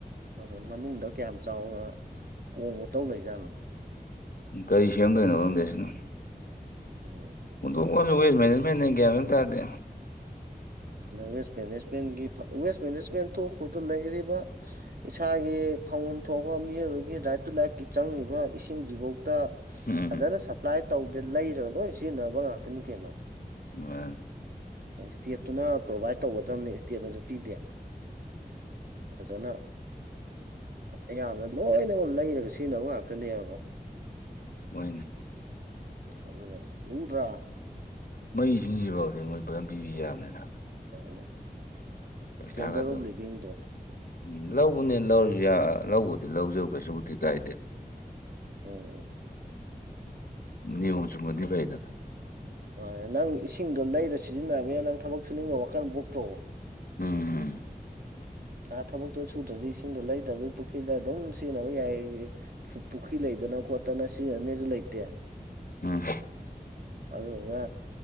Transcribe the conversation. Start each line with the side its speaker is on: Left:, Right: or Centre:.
Right: ꯅꯇꯅꯥ ꯃꯅꯨꯡꯗ ꯀꯌꯥꯝ ꯆꯥꯎꯅ ꯀꯣꯝꯒ ꯇꯧ ꯂꯩꯖꯥꯠꯅꯣ
Left: ꯒꯩ ꯁꯦꯝꯗꯣꯏꯅꯣ ꯒꯪꯗꯦ ꯑꯁꯤꯅ
Right: ꯎꯝ
Left: ꯄꯨꯟꯗꯣꯡ ꯋꯥꯖꯨ ꯋꯦꯁ ꯃꯅꯦꯖꯃꯦꯟꯅꯦ ꯒ꯭ꯌꯥꯟ ꯃꯦꯝ ꯇꯥꯗꯦ
Right: ꯋꯦꯁ ꯃꯦꯅꯦꯖꯃꯦꯟꯒꯤ ꯋꯦꯁ ꯃꯦꯅꯦꯖꯃꯦꯟ ꯊꯣꯛꯈ꯭ꯔꯗ ꯂꯩꯔꯤꯕ ꯏꯁꯥꯒꯤ ꯐꯪꯐꯝ ꯊꯣꯛꯄ ꯃꯤꯑꯣꯏꯕꯒꯤ ꯔꯥꯏꯠ ꯇꯨ ꯂꯥꯏꯐꯀꯤ ꯆꯪꯉꯤꯕ ꯏꯁꯤꯡꯁꯤꯐꯥꯎ ꯇ
Left: ꯎꯝ
Right: ꯐꯖꯅ ꯁꯞꯄ꯭ꯂꯥꯏ ꯇꯧꯗꯦ ꯂꯩꯔꯒ ꯂꯣꯏ ꯁꯤꯖꯤꯟꯅꯕ ꯉꯥꯛꯇꯅꯤ ꯀꯩꯅꯣ
Left: ꯃꯥ
Right: ꯏꯁꯇꯦꯠꯇꯨꯅ ꯄ꯭ꯔꯣꯕꯥꯏꯠ ꯇꯧꯒꯗꯕꯅꯤ ꯏꯁꯇꯦꯠꯅꯁꯨ ꯄꯤꯗꯦ ꯐꯖꯅ ꯑꯌꯥꯝꯕꯅ ꯂꯣꯏꯅꯃꯛ ꯂꯩꯔꯒ ꯁꯤꯖꯤꯟꯅꯕ ꯉꯥꯛꯇꯅꯦꯕꯀꯣ
Left: ꯑꯣꯏꯣꯏꯅꯦ
Right: ꯑꯗꯨ ꯂꯗ꯭ꯔ
Left: ꯃꯩꯁꯤꯡꯁꯤꯐꯥꯎꯗꯤ ꯃꯣꯏ ꯐꯖꯝ ꯄꯤꯕꯤ ꯌꯥꯕꯅꯤꯅ
Right: ꯃꯥꯅꯦ
Left: ꯄꯩꯁꯥꯒꯗꯣ
Right: ꯏꯁꯇꯦꯟꯗꯔꯠ ꯑꯣꯐ ꯂꯤꯕꯤꯡꯗꯣ
Left: ꯎꯝ ꯂꯧꯕꯅꯦ ꯂꯧꯔꯁꯨ ꯂꯧꯕꯗꯤ ꯂꯧꯖꯕ ꯀꯩꯁꯨꯕꯨꯗꯤ ꯀꯥꯏꯗꯦ
Right: ꯑꯣ ꯑꯣ
Left: ꯅꯅꯤ ꯆ ꯃ ꯄ
Right: ꯃꯥꯅꯦ ꯅꯪ ꯏꯁꯤꯡꯗꯣ ꯂꯩꯔ ꯁꯤꯖꯤꯟꯅꯅꯤꯅ ꯅꯪ ꯊꯕꯛ ꯁꯨꯅꯤꯡꯕ ꯋꯥꯈꯜ ꯄꯣꯛꯇ꯭ꯔꯑꯣ
Left: ꯎꯝ
Right: ꯑꯥ ꯊꯕꯛꯇꯣ ꯁꯨꯗ꯭ꯔꯗꯤ ꯏꯁꯤꯡꯗꯣ ꯂꯩꯇꯕ ꯄꯨꯈ꯭ꯔꯤꯗ ꯑꯗꯨꯝ ꯁꯤꯖꯤꯟꯅꯕ ꯌꯥꯏ ꯄꯨꯈ꯭ꯔꯤ ꯂꯩꯇꯅ ꯈꯣꯠꯇꯅ ꯁꯤꯖꯤꯟꯅꯅꯦꯁꯨ ꯂꯩꯇꯦ
Left: ꯎꯝ
Right: ꯑꯗꯨꯒ